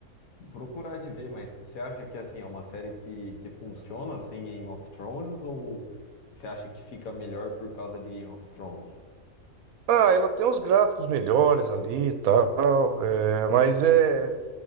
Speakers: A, on the left; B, on the right.
A: procurar de ver, mas você acha que assim é uma série que, que funciona sem Game of Thrones ou você acha que fica melhor por causa de Game of Thrones?
B: Ah, ela tem uns gráficos melhores ali e tal, é, mas é